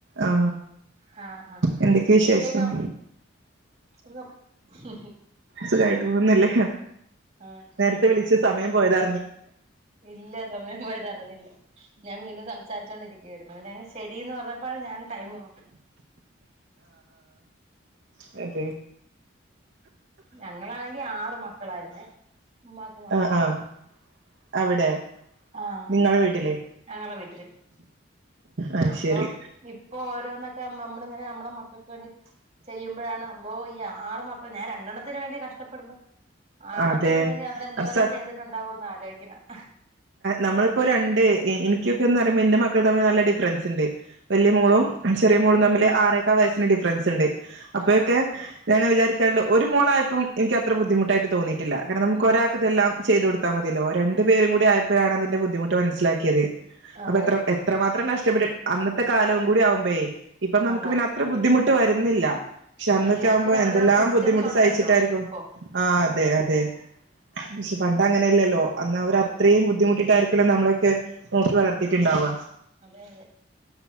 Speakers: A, on the right; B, on the right.
A: ആ
B: ആഹ് ആഹ്
A: എന്തൊക്കെയ വിശേഷം
B: കേക്കാം സുഖം <unintelligible>
A: സുഖമായിട്ട് പോകുന്നല്ലേ
B: ആഹ്
A: നേരത്തെ വിളിച്ച സമയ പോയതാ
B: ഇല്ല സമയം പോയതറിഞ്ഞില്ല ഞാൻ വീണ്ടും സംസാരിച്ചോൊണ്ടിരിക്കുവായിരുന്നു പിന്ന ശരിീന്ന് പറഞ്ഞ അപ്പ ഞാൻ ടൈം നോക്കണം
A: അത
B: ഞങ്ങളാണെങ്കി ആറ് മക്കളായിുന്നേ ഉമ്മാക്കും മാത്തക്കും
A: ആഹ് ആഹ് അവിടെ
B: ആഹ
A: നിങ്ങളെ വീട്ടില്
B: ഞങ്ങളെ വീട്ടില്
A: അത്
B: അപ്പൊ
A: ശരി
B: ഇപ്പൊ ഓരോ ൊക്കെ നമ്മള ഇങ്ങനെ നമ്മ ചെയ്യ ഴണല്ലോ ഈ ആറ് മക്കള ഞാൻ രണ്ടെണത്തിന് വേണ്ടി കഷ്ടപ്പെടുമ്പോ ആാരണത്തിനന്
A: അതെ
B: വേണ്ടി അവരെന്തോരം
A: അത്
B: ചെയ്തിട്ടുണ്ടാവോന്ന് ആലോിക്ക അ
A: നമ്മളിപ്പോൊ രണ്ട് എനിക്കൊക്കെന്ന് പറയുമ്പോ എന്റെ മക്കൾ തമ്മിൽ നല്ല ഡിഫറൻസ് ഉണ്ട് വലിയ മോളും
B: ആഹ്
A: ചെറിയ മോൾ തമ്മില് ആറേകാ വയസ്സിന്റെ ഡിഫറൻസ് ണ്ട് അപ്പഴൊക്കെ
B: ആഹ് ആഹ്
A: ഞാന് വിചാരി രണ്ട് ഒരു മോളായപ്പം എനിക്കത്ര ബുദ്ധിമുട്ടായിട്ട് തോന്നിയിട്ടില്ല കാരണം നമുക്ക് ഒരാക്ക് ഇതെല്ലാം ചെയ്തു കൊടുത്താ മതില്ലോ രണ്ടു പേരും കൂടിയാ ഇപ്പഴാണ് അതിന്റെ ബുദ്ധിമുട്ട് മനസ്സിലാക്കിയത്
B: അതെ
A: അപ്പ എത്ര എത്രമാത്രം കഷ് ഇഷ്ടപ്പെട്ട് അന്നത്തെ കാലവും കൂടി ആവുമ്പഴേ ഇപ്പ നമുക്ക്
B: അതാ
A: പിന്നെ അത്ര ബുദ്ധിമുട്ട് വരുന്നില്ല പക്ഷെ അന്നൊക്കെ
B: എല്ലാത്തിനും
A: ആവുമ്പോ എന്തെല്ലാം
B: ഓരോ സിസ്റ്റംസ്
A: ബുദ്ധിമുട്ട്
B: ഉണ്ടല്ലോ
A: സഹിച്ചിട്ടായിരിക്കും
B: ഇപ്പൊ
A: ആൻ അതെ അതെ പക്ഷെ പണ്ട് അങ്ങനെയല്ലല്ലോ അന്ന് അവര്
B: ആഹ്
A: അത്രയും ബു ഇതാരിക്കില്ല നമ്മളൊക്കെ നോക്കി വളർത്തീട്ടിണ്ടാവ
B: അതെ അതെ